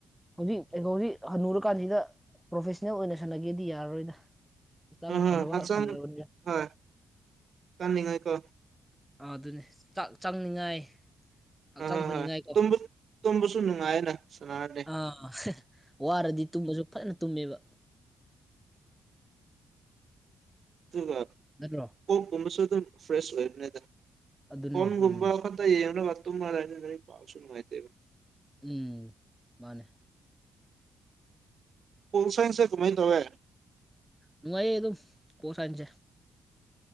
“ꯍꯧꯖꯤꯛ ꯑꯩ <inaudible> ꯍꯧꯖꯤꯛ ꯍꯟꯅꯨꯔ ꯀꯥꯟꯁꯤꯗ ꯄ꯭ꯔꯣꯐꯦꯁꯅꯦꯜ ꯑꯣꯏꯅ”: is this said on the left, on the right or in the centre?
Centre